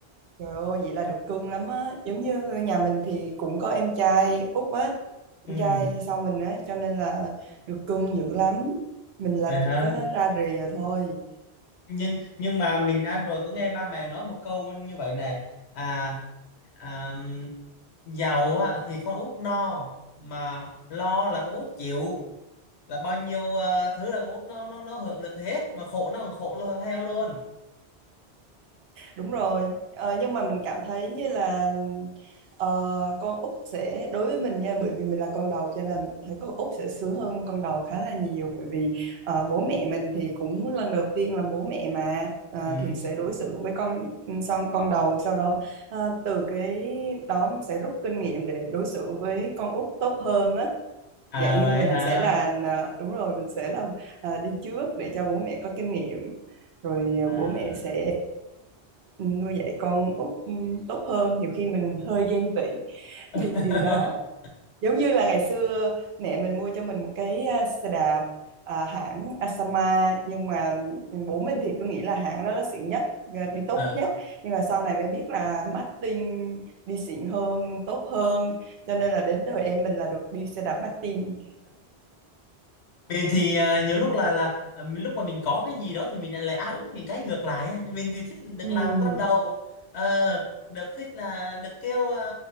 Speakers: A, on the right; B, on the left.
A: Trời ơi, vậy là được cưng lắm á. Giống như nhà mình thì cũng có em trai út á, em
B: ừ
A: trai sau mình á, cho nên là được cưng dữ lắm. Mình là
B: vậy hả
A: chỉ có ra rìa thôi.
B: nhưng nhưng mà mình ăn rồi có nghe ba mẹ nói một câu như vậy này à, à giàu á, thì con út no mà lo là con út chịu là bao nhiêu ờ, thứ là con út nó nó nó hưởng được hết mà khổ nó còn khổ luôn theo luôn
A: Đúng rồi, ờ, nhưng mà mình cảm thấy như là ờ, con út sẽ đối với mình nha, bởi vì mình là con đầu cho nên mình thấy con út sẽ sướng hơn con đầu khá là nhiều bởi vì ờ, bố mẹ mình thì cũng lần đầu tiên làm bố mẹ mà ờ,
B: ừ.
A: thì sẽ đối xử với con son con đầu sau đó ờ, từ cái đó mình sẽ rút kinh nghiệm để đối xử với con út tốt hơn á.
B: à
A: Dạng như
B: vậy
A: mình
B: hả
A: sẽ là ờ, đúng rồi mình sẽ là ờ, đi trước để cho bố mẹ có kinh nghiệm rồi
B: à
A: ờ, bố mẹ sẽ ờ, nuôi dạy con út ừ, tốt hơn nhiều khi mình hơi ghen tị vì
B: <laughs>
A: điều đó giống như là ngày xưa mẹ mình mua cho mình một cái ờ, xe đạp ờ, hãng Asama nhưng mà bố mình thì cứ nghĩ là hãng đó là xịn nhất ờ, đi tốt
B: Ờ.
A: nhất nhưng mà sau này mới biết là Martin đi xịn hơn tốt hơn cho nên là đến đời em mình là được đi xe đạp Martin
B: mình thì à, nhiều lúc là là à, mình- lúc mà mình có cái gì đó thì mình lại ao ước những cái ngược lại á. mình thì thích được
A: Ừm,
B: làm con đầu Ờ, được thích là được kêu à,